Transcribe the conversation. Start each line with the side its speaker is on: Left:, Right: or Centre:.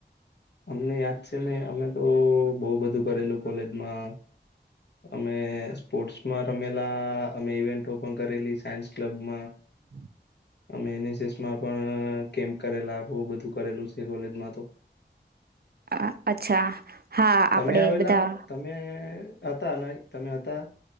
Left: અમને યાદ છેને, અમે તો બહુ બધું કરેલું કોલેજમા અમે સ્પોર્ટ્સમાં રમેલા અમે ઇવેન્ટો, પણ કરેલી સાયન્સ ક્લબમા
Right: હમ
Left: અમે એનએસએસમાં પણ કેમ્પ કરેલા આપ બધું કરેલું છે, કોલેજમા તો
Right: અ અચ્છા હા
Left: તમે
Right: આપણેે
Left: આવેલા,
Right: બધા
Left: તમે હતા ન તમે હતા,